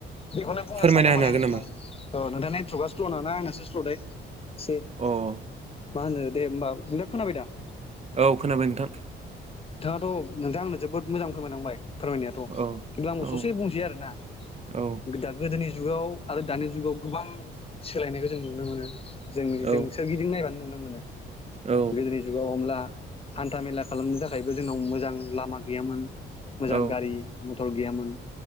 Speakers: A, on the left; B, on the right.
A: बेखौनो बुंनो
B: फोरमायना
A: सानदोंमोने
B: होनो हागोन
A: नोंथाङा
B: नामा?
A: नोंथां ओ- नेट्रकआ स्ल'नाना आंनासो स्ल'थाय एसे।
B: अ
A: मा होनो दे होमबा नोंथा खोनाबाय दा?
B: औ खोनाबाय नोंथां।
A: औ नोंथां आनो जोबोद मोजां। फोरमायनांबाय फोरमायनायाथ'
B: औ
A: खिन्थु आंबो
B: औ
A: ससे बुंसै आरो ना।
B: औ
A: <unintelligible> गोदोनि जुगाव आरो दानि जुगाव गोबां सोलायनायखौ जों नुनो मोनो। जों जों
B: औ
A: सोरगिदिं नायबानो नुनो। मोनो
B: औ
A: गोदोनि जुगाव अनला हान्था मेला खालामनो थाखायबो जोंनाव मोजां लामा गैयामोन मोजां
B: औ
A: गारि मथर गैयामोन